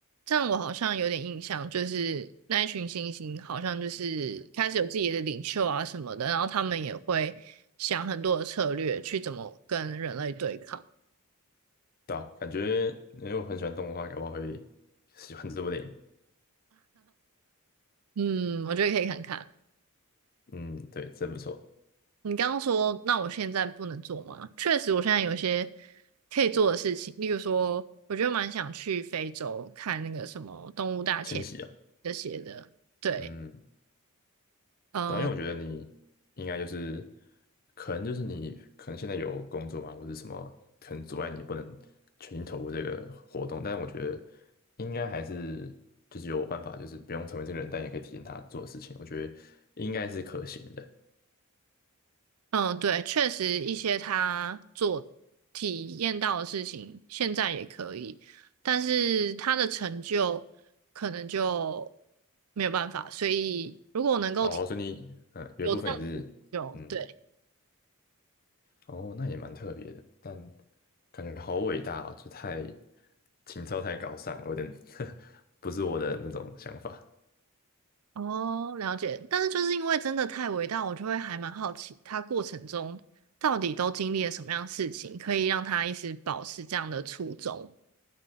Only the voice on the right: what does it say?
这样我好像有点印象，就是那一群猩猩好像就是开始有自己的领袖啊什么的，然后他们也会想很多的策略去怎么跟人类对抗。
嗯，我觉得可以看看。
你刚刚说，那我现在不能做吗？确实，我现在有一些可以做的事情，例如说，我就蛮想去非洲看那个什么动物大迁
这些的。对，
嗯
嗯，对，确实一些他做体验到的事情，现在也可以，但是他的成就可能就没有办法。所以，如果我能够体
有这样子的成就，
对。
哦，了解。但是就是因为真的太伟大，我就会还蛮好奇，他过程中到底都经历了什么样的事情，可以让他一直保持这样的初衷。